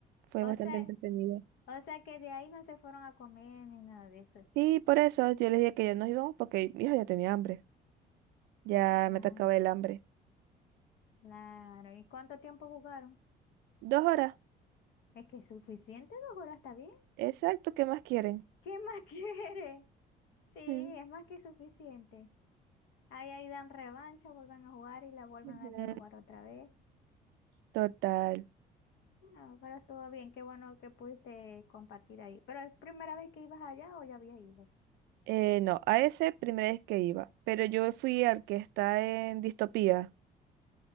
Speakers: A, on the right (about 80°); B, on the left (about 80°).
A: fue bastante
B: O sea,
A: entretenido.
B: o sea que de ahí no se fueron a comer ni nada de eso.
A: Y por eso yo les dije que ya nos íbamos porque mi hija ya tenía hambre, ya
B: Ah,
A: me atacaba el hambre.
B: claro. ¿Y cuánto tiempo jugaron?
A: Dos horas,
B: Es que es suficiente, dos horas está bien.
A: exacto, ¿qué más quieren?
B: ¿Qué más <laughs> quiere? Sí, es
A: Mm.
B: más que suficiente. Ahí, ahí dan revancha, vuelven a jugar y la vuelven
A: Ujú.
B: a rejugar otra vez.
A: Total.
B: No, pero todo bien, qué bueno que pudiste compartir ahí. ¿Pero es primera vez que ibas allá o ya habías ido?
A: Eh, no, a ese primera vez que iba, pero yo fui al que está en Distopía,